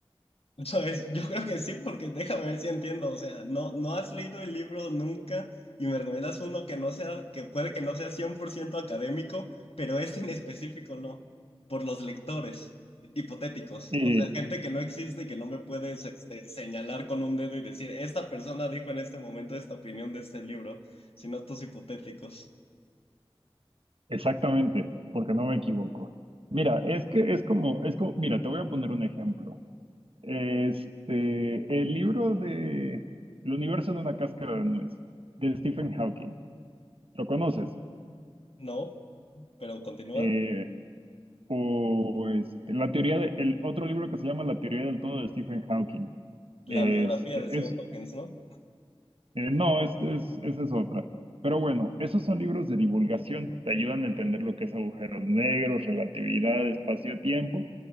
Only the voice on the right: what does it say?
Y
exactamente, porque no me equivoco. Mira, es que es como, es como, mira, te voy a poner un ejemplo. Este, el libro de El universo en una cáscara de nuez, de Stephen Hawking. ¿Lo conoces?
Eh, o este, la teoría de, el otro libro que se llama La teoría del todo de Stephen Hawking.
Este,
es,
eh, no, es, es- esa es otra. Pero bueno, esos son libros de divulgación, te ayudan a entender lo que es agujeros negros, relatividad, espacio-tiempo,